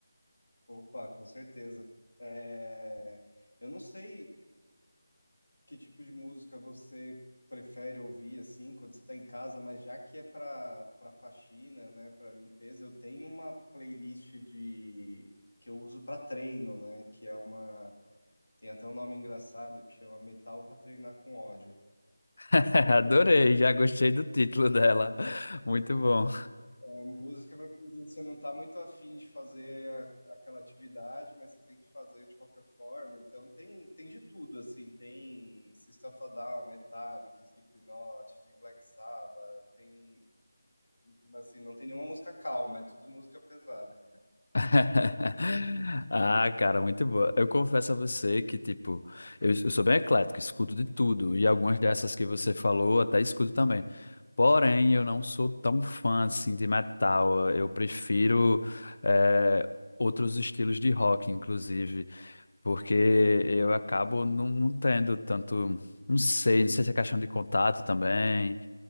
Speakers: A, on the left; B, on the left.
A: Opa, com certeza. É, Eu não sei que tipo de música você prefere ouvir assim quando você está em casa, mas já que é para para faxina, né, para limpeza, eu tenho uma playlist de que eu uso para treino, né, que é uma tem até um nome engraçado que chama Metal para treinar com ódio.
B: <laughs> Adorei, já gostei do título dela. Muito bom.
A: É, música para aquele dia que você não está muito afim de fazer a aquela atividade, mas você tem que fazer de qualquer forma, então tem tem de tudo, assim, tem System of a Down, Metallica, Slipknot, tem Black Sabbath, tem mas, assim, não tem nenhuma música calma, é tudo música pesada.
B: <laughs> Ah, cara, muito boa. Eu confesso a você que, tipo, eu, eu sou bem eclético, escuto de tudo, e algumas dessas que você falou até escuto também. Porém, eu não sou tão fã, assim, de metal. Eu prefiro, eh, outros estilos de rock, inclusive, porque eu acabo não, não tendo tanto, não sei, não sei se é questão de contato também,